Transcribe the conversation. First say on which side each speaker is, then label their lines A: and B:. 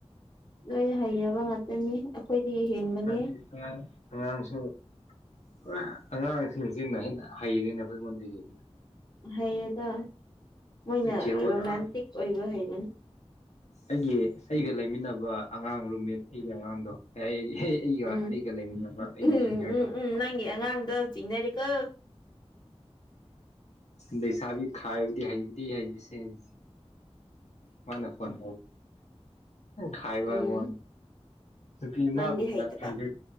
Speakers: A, on the left (about 40°); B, on the left (about 90°).
A: ꯂꯣꯏꯅ ꯍꯩꯔꯕ ꯉꯥꯛꯇꯅꯤ ꯑꯩꯈꯣꯏꯗꯒꯤ ꯍꯦꯟꯕꯅꯤ
B: ꯑꯉꯥꯡꯁꯤꯡ ꯄꯨꯔꯥ ꯑꯉꯥꯡꯁꯤꯡꯁꯤꯟꯅ ꯍꯦꯟꯅ ꯍꯩꯔꯦꯅꯦ ꯑꯩꯈꯣꯏꯉꯣꯟꯗꯒꯤ ꯑꯗꯨꯅ
A: ꯍꯩ ꯑꯗ ꯃꯣꯏꯅ
B: ꯖꯦꯔꯣ
A: ꯔꯣꯃꯥꯟꯇꯤꯛ
B: ꯇꯥꯔ
A: ꯑꯣꯏꯕ ꯍꯩꯕꯅꯤ
B: ꯑꯩꯒꯤ ꯑꯩꯒ ꯂꯩꯃꯤꯟꯅꯕ ꯑꯉꯥꯡ ꯔꯨꯝꯃꯦꯠ ꯑꯩꯒꯤ ꯑꯉꯥꯡꯗꯣ ꯑꯩ ꯑꯦꯍꯦ ꯑꯩꯒ
A: ꯎꯝ
B: ꯑꯩꯒ ꯂꯩꯃꯤꯟꯅꯅꯕ ꯑꯩꯒꯤ
A: ꯎꯝ
B: ꯖꯨꯅꯤꯌꯔꯗꯣ
A: ꯎꯝ ꯎꯝ ꯅꯪꯒꯤ ꯑꯉꯥꯡꯗꯣ ꯆꯤꯡꯅꯔꯦꯀꯣ
B: ꯂꯩꯁꯥꯕꯤ ꯈꯥꯏꯕꯗꯤ ꯍꯩꯕꯗꯤ ꯍꯩꯁꯦ ꯍꯁ ꯃꯥꯅꯦ ꯐꯣꯟ ꯈꯥꯏꯕ
A: ꯎꯝ
B: ꯋꯥ ꯁ ꯏꯃꯥꯒꯨꯝꯅ
A: ꯅꯪꯗꯤ ꯍꯩꯇꯕ
B: ꯍꯥꯏ